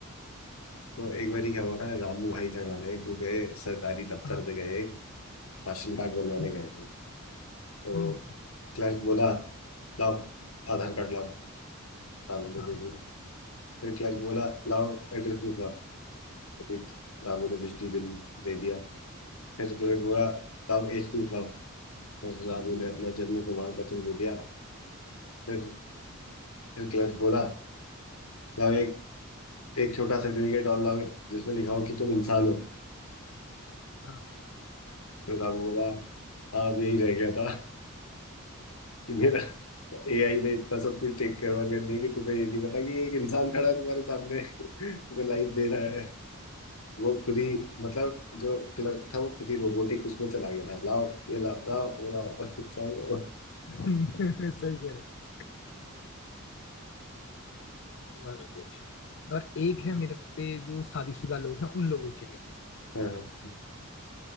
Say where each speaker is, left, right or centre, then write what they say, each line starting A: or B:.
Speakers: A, on the left; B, on the left.
A: तो एक बार क्या हुआ था रामू भाई थे हमारे वो गए सरकारी दफ्तर
B: हाँ
A: पे गए राशन कार्ड बनवाने
B: हम्म,
A: गए थे तो
B: हम्म,
A: क्लर्क बोला लाओ आधार कार्ड लाओ रामू ने
B: हाँ
A: दे दिया फिर क्लर्क बोला लाओ एड्रेस प्रूफ लाओ तो फिर रामू ने बिजली बिल दे दिया एक्सक्लेम हुआ साहब एच टू साहब डॉक्टर साहब ने अपना जन्म प्रमाण पत्र दे दिया फिर फिर क्लर्क बोला लाओ एक एक छोटा सर्टिफिकेट और लाओ जिसमें लिखा हो कि तुम इंसान हो
B: हाँ
A: तो साहब बोला हाँ अब यही रह गया था कि मेरा एआई ने इतना सब कुछ टेक कवर कर लिया कि तुम्हें ये नहीं पता कि एक इंसान खड़ा है तुम्हारे सामने <laughs> वो लाइफ दे रहा है वो खुद ही मतलब जो क्लर्क था वो खुद ही रोबोटिक उसमें चला गया था लाओ ये लाओ लाओ वो लाओ <laughs> सारे वो-
B: हम्म, <laughs> सही कह रहे हो ये वाला भी अच्छा था। और एक है मेरे पे जो शादीशुदा लोग हैं उन लोगों के लिए
A: हाँ हाँ